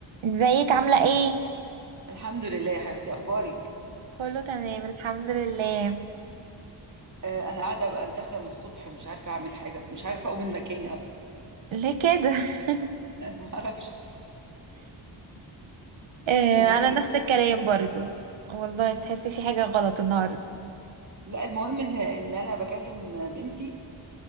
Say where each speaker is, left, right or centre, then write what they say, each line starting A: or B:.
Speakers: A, on the right; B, on the right.
A: ازيك عاملة ايه؟
B: الحمد لله يا حبيبتي اخبارك
A: كله تمام الحمد لله
B: آه، انا قاعده بنتخم الصبح مش عارفه اعمل حاجه مش عارفه اقوم من مكاني اصلا
A: ليه كده <laughs>
B: <laughs> ما اعرفش
A: آه
B: الم...
A: انا نفس الكلام برضو والله تحسي في حاجة غلط النهاردة
B: لا المهم ان ان انا بكلم بنتي